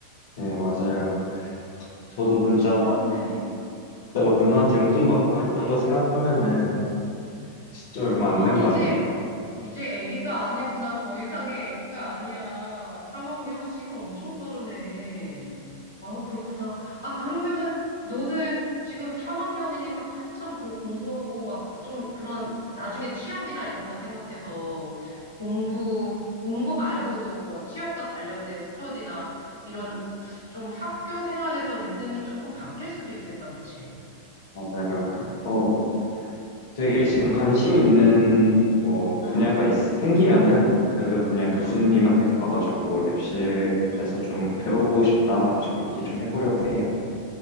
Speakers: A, on the left; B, on the left.
A: 네, 맞아요.
B: 시간
A: 저도
B: 엄청
A: 진짜
B: 빠르네.
A: 그때 막 누나한테 용돈 받고
B: 그-
A: 했던 거 생각하면은 진짜 얼마 안
B: 아,
A: 된
B: 이제,
A: 것 같네요.
B: 이제 아기가 아니구나. 더 이상의 아기가 아니야. 3학년 시가 엄청 빠르네. 아, 그렇구나. 아, 그러면은 너는 지금 3학년이니까 한참 더 공부하고 막 좀 그런 나중에 취업이나 이런 거 생각해서 공부, 공부 말고도 뭐 취업과 관련된 스터디나 이런 좀 학교 생활에서 리듬이 조금 바뀔 수도 있겠다. 그치?
A: 맞아요. 그래서 되게 지금 관심 있는
B: 응,
A: 뭐 분야가
B: 응,
A: 있- 생기면은 그 분야 교수님한테
B: 응,
A: 가가지고 랩실에서
B: 응.
A: 좀 배워보고 싶다 이런 식으로 얘기 좀 해보려고 해요.